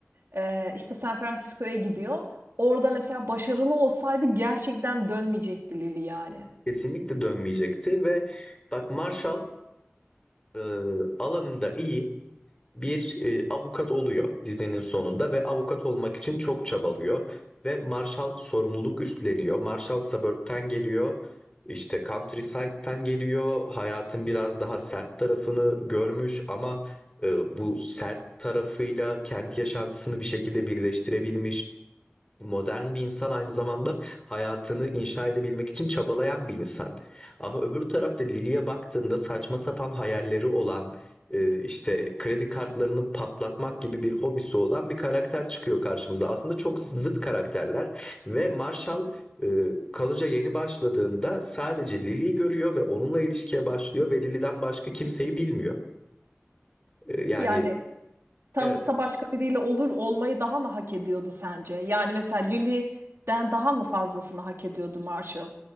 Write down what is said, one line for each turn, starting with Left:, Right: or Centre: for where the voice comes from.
Right: E, işte San Francisco'ya gidiyor. Orada mesela başarılı olsaydı gerçekten dönmeyecekti Lili yani.
Left: kesinlikle dönmeyecekti ve bak Marshall e, alanında iyi bir e, avukat oluyor dizinin sonunda ve avukat olmak için çok çabalıyor ve Marshall sorumluluk üstleniyor. Marshall suburb'ten geliyor. işte countryside'den geliyor. Hayatın biraz daha sert tarafını görmüş ama e, bu sert tarafıyla kent yaşantısını bir şekilde birleştirebilmiş. Modern bir insan aynı zamanda hayatını inşa edebilmek için çabalayan bir insan. Ama öbür tarafta Lily'e baktığında saçma sapan hayalleri olan, e, işte kredi kartlarını patlatmak gibi bir hobisi olan bir karakter çıkıyor karşımıza. Aslında çok zıt karakterler ve Marshall e, College'a yeni başladığında sadece Lily'yi görüyor ve onunla ilişkiye başlıyor ve Lily'den başka kimseyi bilmiyor. E, Yani
Right: Yani tanışsa
Left: evet.
Right: başka biriyle olur olmayı daha mı hak ediyordu sence? Yani mesela Lily'den daha mı fazlasını hak ediyordu Marshall?